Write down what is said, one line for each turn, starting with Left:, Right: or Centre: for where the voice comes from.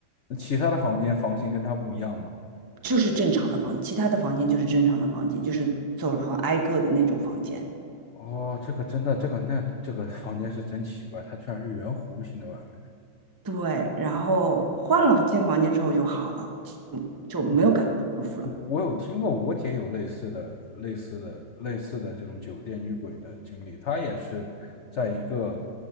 Left: 那其他的房间房型跟它不一样吗？
Right: 就是正常的房间其他的房间就是正常的房间，就是走廊挨个的那种房间。
Left: 哦，这个真的，这个那这个房间是真奇怪，它居然是圆弧形的外面。
Right: 对，然后换了间房间之后就好了，就没有感觉不舒服了。
Left: 嗯我我有听过，我姐有类似的、类似的、类似的这种酒店遇鬼的经历。她也是在一个，